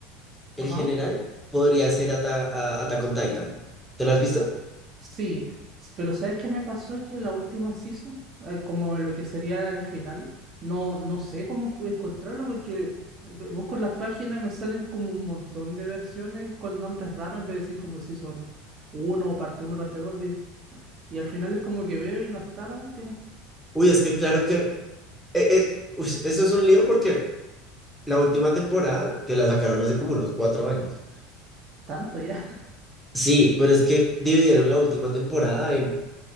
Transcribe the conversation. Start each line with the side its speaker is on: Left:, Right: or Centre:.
Centre: el
Right: ajá.
Centre: general podría ser Ata- a- Attack on Titan. ¿Te lo has visto?
Right: Sí, s- pero ¿sabes qué me pasó? Que la última season, eh, como lo que sería el final, no, no sé cómo cu- encontrarlo porque eh, bu- busco en las páginas y me salen como un montón de versiones con nombres raros en vez de decir como season uno, o parte uno, parte dos, di- y al final es como que veo y no está la última.
Centre: Uy, es que claro que eh, eh, ush, eso es un lío porque la última temporada, que la sacaron hace como unos cuatro años.
Right: Tanto ya.
Centre: Sí, pero es que dividieron la última temporada en